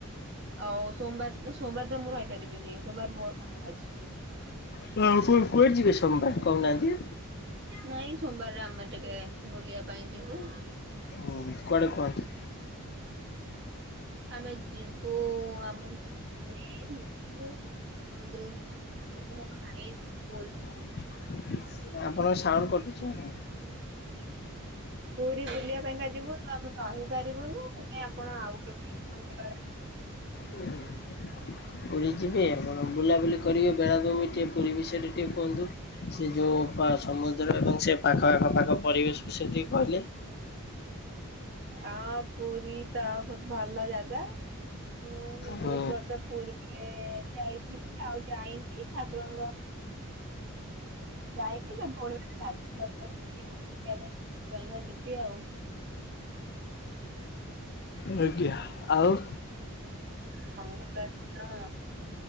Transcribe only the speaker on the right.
ଆଉ ସୋମବାର ସୋମବାର ତ ମୁଁ ରହିପାରିବିନି ସୋମବାର ମୋର କାମ ଅଛି।
ନାଇଁ ସୋମବାରରେ ଆମେ ଟିକେ ବୁଲିବା ପାଇଁ ଯିବୁ।
ଆମେ ଯିବୁ ଆମେ। <inaudible> ନା ମୁଁ ଆଇ କୁଲ୍।
ପୁରୀ ବୁଲିବା ପାଇଁକା ଯିବୁ ତ ଆମେ ରହିବୁ। ପାରିବୁନୁ ସେଥିଇଁ ଆପଣ ଆଉ କେବେ। <unintelligible>
ଆ ଓ ପୁରୀ ତ ବହୁତ ଭଲ ଲା ଗା ମୁଁ
ବହୁତ ବର୍ଷ ପୁର୍ ଏ ଯାଇଥିଲି ଆଉ ଯାଇନି ଠାକୁରଙ୍କ ଯାଇନି ଭଉଣୀ ମାନେ ବାଧ୍ୟ କରୁଚନ୍ତି ସେଥିପାଇଁ କା ଯିବି ଆଉ।
ମନ ଟା ହିଁତ